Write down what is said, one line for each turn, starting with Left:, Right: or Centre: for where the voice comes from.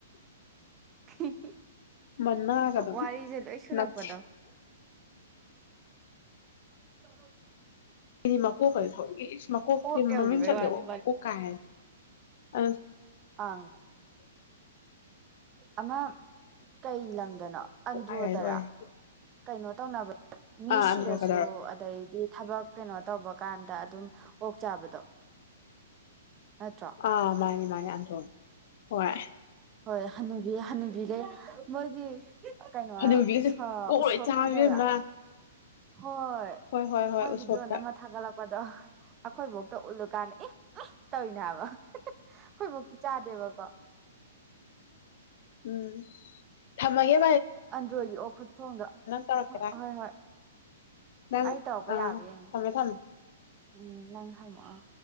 Right: ꯍꯨꯝ
Left: ꯃꯅꯥꯒꯗꯣ
Right: ꯋꯥꯔꯤꯁꯦ ꯂꯣꯏ ꯁꯨꯔꯛꯄꯗꯣ
Left: ꯅꯞꯊꯤ
Right: ꯆꯔꯣ
Left: ꯁꯤꯗꯤ ꯃꯀꯣꯛ ꯀꯔꯤ ꯊꯧꯋꯦ ꯏꯁ ꯃꯀꯣꯛꯁꯦ
Right: ꯑꯣꯛ ꯌꯧꯈꯤꯕꯩ
Left: ꯃꯃꯤꯡ ꯆꯠꯂꯦꯕ
Right: ꯋꯥꯅꯤ
Left: ꯃꯀꯣꯛ ꯀꯥꯏ ꯍꯥꯏ ꯑ
Right: ꯑ ꯑꯃ ꯀꯩ ꯂꯝꯗꯅꯣ ꯑꯟꯗ꯭ꯔꯣꯗꯔꯥ
Left: ꯍꯥꯏꯔꯦ ꯂꯣꯏꯔꯦ
Right: ꯀꯩꯅꯣ ꯇꯧꯅꯕ꯭ꯔ ꯃꯤ
Left: ꯑꯥ
Right: ꯁꯤꯔꯁꯨ
Left: ꯑꯟꯗ꯭ꯔꯣ ꯀꯗꯔꯣ
Right: ꯑꯗꯩꯗꯤ ꯊꯕꯛ ꯀꯩꯅꯣ ꯇꯧꯕ ꯀꯥꯟꯗ ꯑꯗꯨꯝ ꯑꯣꯛ ꯆꯥꯕꯗꯣ ꯅꯠꯇ꯭ꯔꯣ
Left: ꯑ ꯃꯥꯅꯦ ꯃꯥꯅꯤ ꯍ
Right: ꯍꯣꯏ ꯍꯕꯤ ꯍꯅꯕꯤꯈꯩ ꯃꯣꯏꯒꯤ ꯀꯩꯅꯣ
Left: ꯍꯅꯨꯕꯤꯒꯁꯦ ꯑꯣꯛ
Right: ꯎꯁꯣꯞꯀꯤꯗꯔꯥ
Left: ꯂꯣꯏ ꯆꯥꯕ ꯏꯕꯦꯝꯃ
Right: ꯍꯣꯏ
Left: ꯍꯣꯏ ꯍꯣꯏ ꯍꯣꯏ
Right: ꯃꯣꯏ
Left: ꯎꯁꯣꯞꯇ
Right: ꯤꯗꯤꯑꯣ ꯅꯥ ꯃ ꯊꯒꯂ ꯗꯣ ꯑꯩꯈꯣꯏ ꯃꯧꯇ ꯎꯠꯂꯨꯀꯥꯟꯗ ꯑꯦ ꯇꯧꯅꯦ ꯍꯥꯏꯕ ꯑꯩꯈꯣꯏꯐꯧꯇꯤ ꯆꯥꯗꯦꯕꯀꯣ
Left: ꯎꯝ ꯊꯃꯒꯦ
Right: ꯑꯟꯗ꯭ꯔꯣꯏꯒꯤ ꯑꯣ ꯈꯨꯠꯊꯣꯡꯗ
Left: ꯇꯧꯔꯛꯀꯦꯔꯥ
Right: ꯍꯣꯏ ꯍꯣꯏ
Left: ꯅꯪ
Right: ꯑꯩ ꯇꯧꯔꯛꯄ
Left: ꯑꯥ
Right: ꯌꯥꯕ꯭ꯔꯥ ꯌꯦꯡꯒꯦ
Left: ꯊꯝꯃꯦ ꯊꯝꯃꯦ
Right: ꯎꯝ ꯅꯪ ꯍꯪꯃꯑꯣ